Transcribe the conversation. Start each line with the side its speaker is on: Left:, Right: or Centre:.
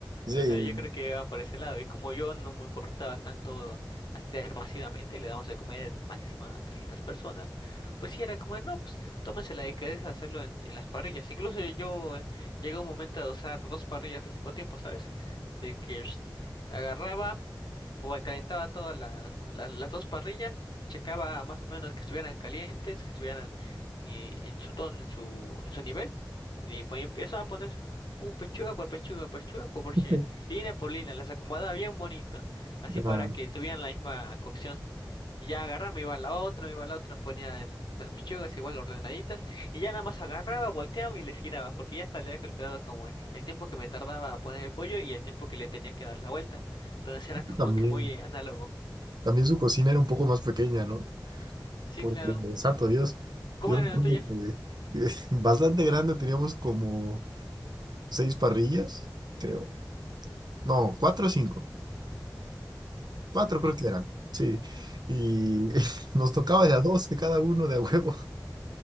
Right: Sí,
Left: O sea, yo creo que iba por ese lado. Y como yo no me importaba tanto hacer masivamente, le damos de comer máximo a 300 personas, pues sí era como, no, pues tómense la delicadeza de hacerlo en, en las parrillas. Incluso yo eh, llegué a un momento de usar dos parrillas al mismo tiempo, ¿sabes? De que... <sniffs> Agarraba, pues calentaba todas las, las, las dos parrillas, checaba más o menos que estuvieran calientes, que estuvieran eh, en su tono, en su, en su nivel, y pues empezaba a poner un pechuga por pechuga, pechuga por pechuga,
Right: <laughs>
Left: línea por línea, las acomodaba bien bonito, así para
Right: ah,
Left: que tuvieran la misma cocción. Y ya agarraba, me iba a la otra, me iba a la otra, me ponía en las pechugas igual ordenaditas, y ya nada más agarraba, volteaba y les giraba, porque ya hasta le había calculado como el tiempo que me tardaba a poner el pollo y el tiempo que le tenía que dar la vuelta. Entonces era como
Right: también,
Left: que muy eh, análogo.
Right: también su cocina era un poco más pequeña, ¿no?
Left: Sí,
Right: Porque,
Left: claro.
Right: santo Dios,
Left: ¿Cómo
Right: yo
Left: era
Right: me acuerdo
Left: la tuya?
Right: que, que <laughs> bastante grande teníamos como seis parrillas, creo. No, cuatro o cinco. Cuatro
Left: Sí,
Right: creo que eran, sí. Y <laughs> nos tocaba
Left: no,
Right: de a dos de cada uno de a huevo.